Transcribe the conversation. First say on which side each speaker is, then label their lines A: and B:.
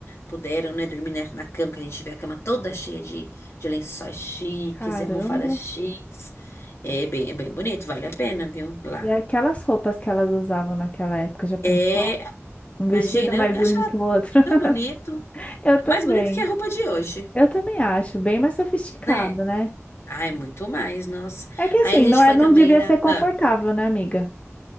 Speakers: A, on the left; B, on the left.
A: puderam, né, dormir na, na cama, que a gente vê a cama toda cheia de, de lençóis chiques
B: Caramba.
A: e almofadas chiques. É bem, é bem bonito, vale a pena, viu? Lá.
B: E aquelas roupas que elas usavam naquela época, já pensou?
A: É,
B: Um vestido
A: imagina,
B: mais
A: eu
B: lindo
A: achava
B: que o outro.
A: tão
B: <laughs>
A: bonito,
B: Eu também.
A: mais bonito que a roupa de hoje,
B: Eu também acho, bem mais sofisticado,
A: né?
B: né?
A: Ai, muito mais, nossa.
B: É que assim,
A: Aí a gente
B: não é,
A: foi
B: não
A: também
B: devia
A: na.
B: ser confortável,
A: ah.
B: né, amiga?